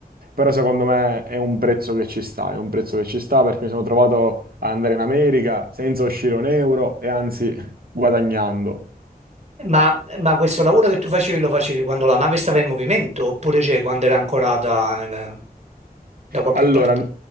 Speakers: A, on the right; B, on the right.
A: Però secondo me è un prezzo che ci sta, è un prezzo che ci sta perché mi sono trovato a andare in America senza uscire un euro e anzi <laughs> guadagnando.
B: Ma, ma questo lavoro che tu facevi lo facevi quando la nave stava in movimento oppure cioè, quando era ancorata nel- da qualche
A: Allora,
B: parte?